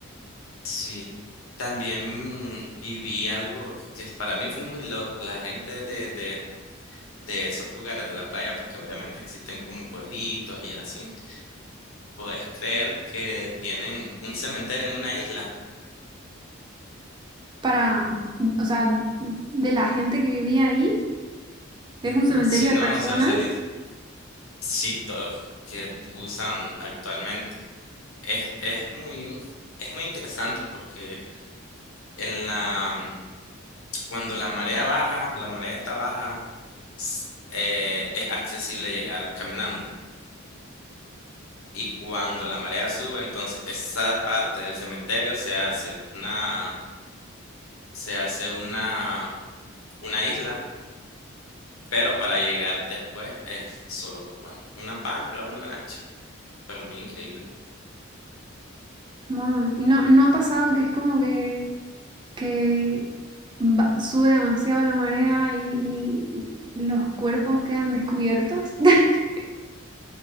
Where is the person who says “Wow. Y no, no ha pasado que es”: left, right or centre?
Right